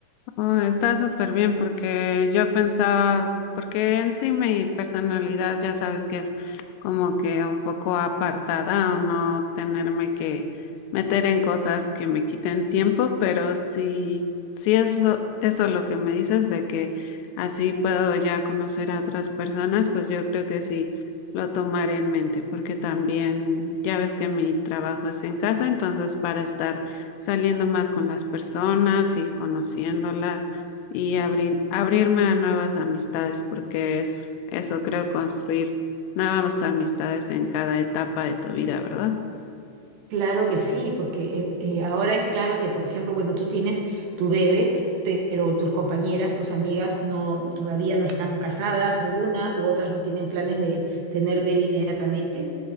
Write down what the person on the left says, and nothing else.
Oh, está súper bien porque yo pensaba, porque en sí mi personalidad ya sabes que es como que un poco apartada o no tenerme que meter en cosas que me quiten tiempo, pero sí, sí es lo, eso lo que me dices de que así puedo ya conocer a otras personas, pues yo creo que sí lo tomaré en mente porque también ya ves que mi trabajo es en casa, entonces para estar saliendo más con las personas y conociéndolas y abrir, abrirme a nuevas amistades, porque es eso, creo, construir nuevas amistades en cada etapa de tu vida, ¿verdad?